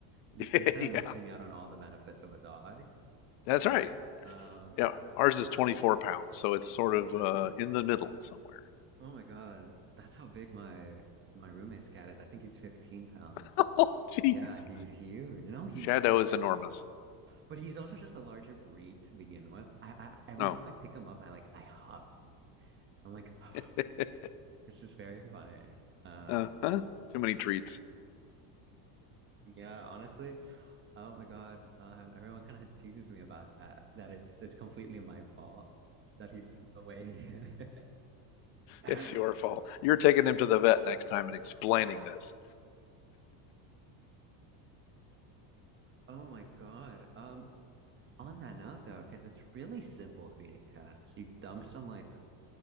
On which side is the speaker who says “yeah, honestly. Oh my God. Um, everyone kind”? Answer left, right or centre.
Right